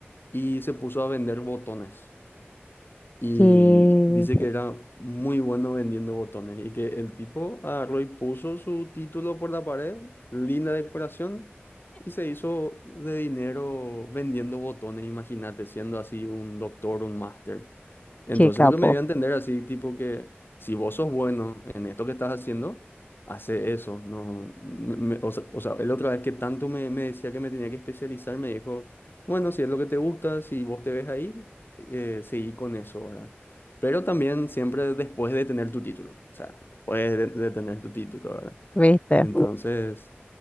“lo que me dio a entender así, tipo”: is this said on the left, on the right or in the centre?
Left